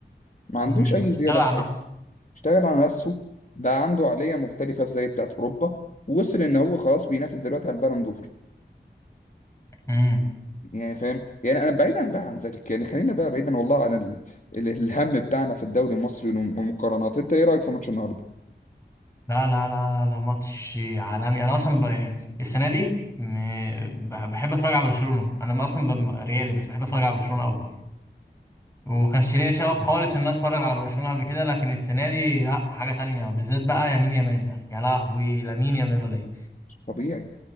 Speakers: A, on the left; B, on the left.
A: ما عندوش
B: امم
A: اي
B: اشتغل
A: زياده
B: على
A: في حاجه
B: نفسه
A: اشتغل على نفسه بقى عنده عقليه مختلفه زي بتاعه اوروبا وصل ان هو خلاص بينافس دلوقتي على البالون دور
B: امم
A: يعني فاهم يعني انا بعيدا بقى عن ذلك يعني خلينا بقى بعيدا والله عن ال... ال... الهم بتاعنا في الدوري المصري والمقارنات انت ايه رايك في ماتش النهارده
B: لا لا لا لا لا ماتش عالمي انا اصلا ب... يعني السنه دي م... بح- بحب اتفرج على برشلونه انا اصلا ب... ريالي بس بحب اتفرج على برشلونه قوي وما كانش ليا شغف خالص ان انا اتفرج على برشلونه قبل كده لكن السنه دي لا حاجه تانية بالذات بقى يمين يامال ده يا لهوي لامين يامال ولا ايه
A: مش طبيعي